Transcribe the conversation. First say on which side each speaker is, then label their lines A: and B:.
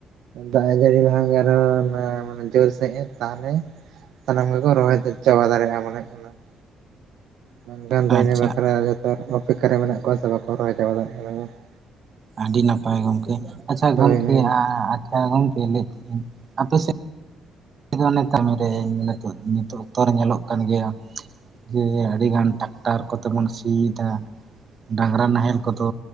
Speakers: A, on the right; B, on the right.
A: ᱫᱟᱜ ᱡᱟᱹᱲᱤ ᱞᱟᱦᱟ ᱜᱮ ᱟᱨᱚ <unintelligible> ᱡᱳᱨ ᱥᱮᱫ ᱮ ᱛᱟᱦᱚᱞᱮ ᱼᱼ ᱥᱟᱱᱟᱢ ᱜᱮ ᱠᱚ ᱨᱚᱦᱚᱭ ᱪᱟᱵᱟ ᱫᱟᱲᱮᱭᱟᱜᱼᱟ ᱢᱚᱱᱮᱜ ᱠᱟᱱᱟ ᱾ ᱵᱟᱝᱠᱷᱟᱱ ᱫᱚ
B: ᱟᱪᱪᱷᱟ
A: ᱤᱱᱟᱹ ᱵᱟᱠᱷᱨᱟ ᱡᱚᱛᱚ ᱚᱯᱮᱠᱠᱷᱟ ᱨᱮ ᱢᱮᱱᱟᱜ ᱠᱚᱣᱟ ᱥᱮ ᱵᱟᱠᱚ ᱨᱚᱦᱚᱭ ᱪᱟᱵᱟ ᱫᱟᱲᱮᱭᱟᱜ ᱠᱟᱱᱟ ᱵᱟᱝ ᱾
B: ᱟᱹᱰᱤ ᱱᱟᱯᱟᱭ ᱜᱚᱢᱠᱮ, ᱟᱪᱪᱷᱟ
A: ᱠᱚ᱾
B: ᱜᱚᱢᱠᱮ
A: ᱦᱳᱭ ᱦᱳᱭ
B: ᱟᱪᱪᱷᱟ ᱜᱚᱝᱠᱮ ᱞᱟᱹᱭ ᱛᱟᱦᱮᱫ ᱤᱧ ᱟᱯᱮ ᱥᱮᱫ ᱼᱼ ᱫᱚ ᱚᱱᱮ ᱠᱟᱹᱢᱤᱨᱮ ᱱᱤᱛᱚᱜ ᱱᱤᱛᱚᱜ ᱚᱠᱛᱚ ᱨᱮ ᱧᱮᱞᱚᱜ ᱠᱟᱱ ᱜᱮᱭᱟ ᱼᱼ ᱡᱮ ᱟᱹᱰᱤᱜᱟᱱ ᱴᱟᱠᱴᱟᱨ ᱠᱚ ᱛᱮᱵᱚᱱ ᱥᱤᱭᱮᱫᱟ ᱰᱟᱝᱨᱟ ᱱᱟᱦᱮᱞ ᱠᱚᱫᱚᱼᱼ